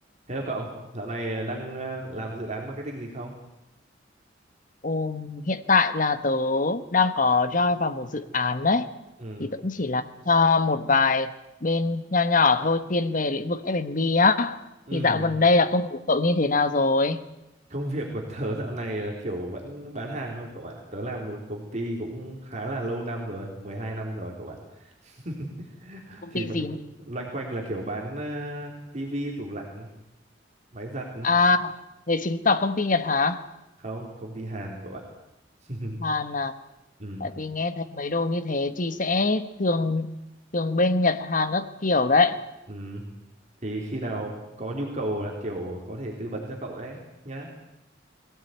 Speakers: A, on the right (about 40°); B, on the left (about 45°).
A: Hello cậu, dạo này ờ, đang ờ, làm dự án marketing gì không?
B: Ừm, hiện tại là tớ đang có join vào một dự án đấy
A: Ừ,
B: thì tớ cũng chỉ làm cho một vài bên nho nhỏ thôi thiên về lĩnh vực F&B á
A: ừ.
B: thì dạo gần đây là công việc của cậu như thế nào rồi
A: Công việc của tớ dạo này là kiểu vẫn bán hàng thôi cậu ạ. Tớ làm một công ty cũng khá là lâu năm rồi, 12 năm rồi cậu ạ. <laughs>
B: công
A: Thì
B: ty
A: vẫn
B: gì
A: loanh quanh là kiểu bán ờ, tivi, tủ lạnh, máy giặt.
B: à thế chứng tỏ công ty Nhật hả
A: Không, công ty Hàn cậu ạ. <laughs>
B: Hàn à
A: Ừ,
B: tại vì nghe thấy mấy đồ như thế thì sẽ thường thường bên Nhật Hàn các kiểu đấy
A: ừ. Thì khi nào có nhu cầu là kiểu có thể tư vấn cho cậu đấy nhá.